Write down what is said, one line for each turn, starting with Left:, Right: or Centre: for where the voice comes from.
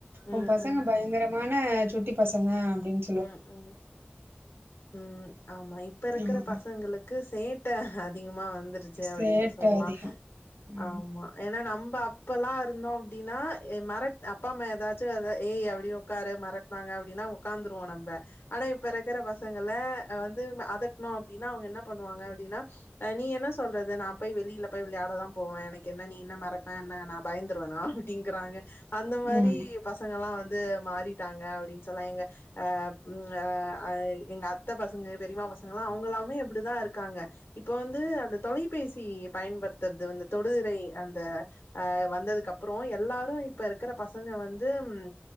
Left: ம்,
Right: உ பசங்க
Left: ம்,
Right: பயங்கரமான சுட்டி பசங்க அப்டின்
Left: ம் ம் ம் ஆமா இப்ப இருக்கிற
Right: ஆமாமா.
Left: பசங்களுக் கு சேட்ட அதிகமா வந்துருச்சு அப்டினு
Right: சேட்டை
Left: சொல்லா
Right: அதிகம். ம்.
Left: ஆமா ஏன்னா நம்ப அப்பல்லா இருந்தோ அப்டின்னா எ மெரட் அப்பா அம்மா ஏதாச்சு அத ஏய் அப்டி உக்காரு மரட் டினாங்க அப்டினா உக்காந்துருவோ நம்ப ஆனா இப்ப இருக்கிற பசங்கள்ள அ வந்து அதட்னோ அப்டின்னா அவங்க என்ன பண்ணுவாங்க அப்டின்னா அ நீ என்ன சொல்றது நா போய் வெளில போய் விளையாட தா போவே எனக்கு என்ன நீ என்ன மெரட்னா என்ன நா பயந்துருவானா அப்டிங்கறாங்க அந்த மாரி
Right: ஆமா.
Left: பசங்கல்லா வந்து மாறிட்டாங்க அப்டின்னு சொல்றாய்ங்க அ ம் அ அ எங்க அத்த பசங்க பெரிமா பசங்கல்லா அவுங்கலாமே இப்டிதா இருக்காங்க இப்போ வந்து அந்த தொலைபேசி பயன்படுத்துறது வந்து தொடுதிரை அந்த அ வந்ததுக்கு அப்புறோ எல்லாரு இப்ப இருக்கிற பசங்க வந்து ம்